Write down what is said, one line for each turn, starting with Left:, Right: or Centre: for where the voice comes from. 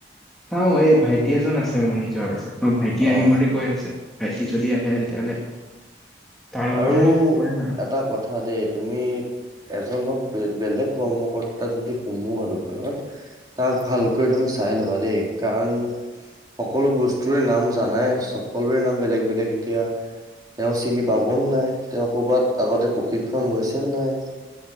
Centre: চাওঁ এই ভাই ভাইটি এজন আছে মোৰ নিজৰ। ত ভাইটি
Right: অ
Centre: আহিম বুলি কৈ আছে। ভাইটি যদি আহে তেতিয়াহলে তাৰ লগতে
Right: আৰু
Centre: কৰিম আৰু
Right: এটা কথা দেই। তুমি এজনক বেলেগ কৰ্মকৰ্তা যদি সোমোৱা দোকানত, তাক ভালকৈ তুমি চাই ল'বা দেই। কাৰণ সকলো বস্তুৰে নাম জানাই। সকলোৰে নাম বেলেগ বেলেগ, এতিয়া তেওঁ চিনি পাব নাই? তেওঁ কবাত আগতে প্ৰশিক্ষণ লৈছে নাই?